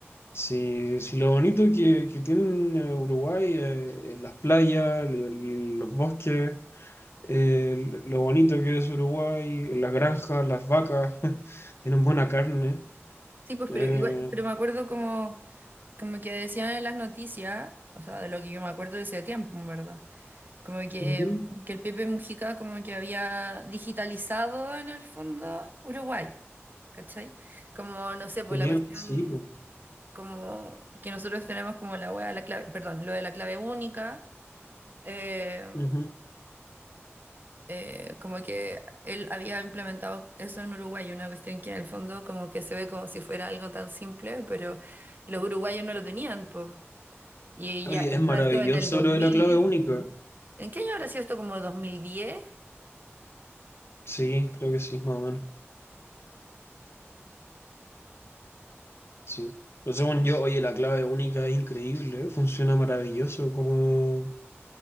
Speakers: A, on the left (about 60°); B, on the right (about 45°).
A: Sí, sí, lo bonito que, que tiene Uruguay, eh, eh, las playas, el- el- los bosques, eh, lo bonito que es Uruguay, las granjas, las vacas, <laughs> tienen buena carne.
B: sí, pues,
A: Eh,
B: pero igual, pero me acuerdo como, como que decían en las noticias, o sea, de lo que yo me acuerdo de ese tiempo, en ¿verdad? Como que,
A: ujú,
B: que el Pepe Mujica como que había digitalizado en el fondo Uruguay, ¿cachai? Como, no sé, pues
A: tenía,
B: la cuestión
A: sí, po,
B: como que nosotros tenemos como la wea, de la clave, perdón, lo de la clave única, eh,
A: ujú.
B: eh, como que él había implementado eso en Uruguay, una cuestión que en el fondo como que se ve como si fuera algo tan simple, pero los uruguayos no lo tenían, pues. Y
A: Oye,
B: ya, o
A: es maravilloso
B: sea, esto en el dos
A: lo
B: mil
A: de la clave única.
B: ¿en qué año habrá sido esto como dos mil diez
A: Sí, creo que sí, más o menos. Sí. Pero según yo, oye, la clave única es increíble, ¿eh? Funciona maravilloso como,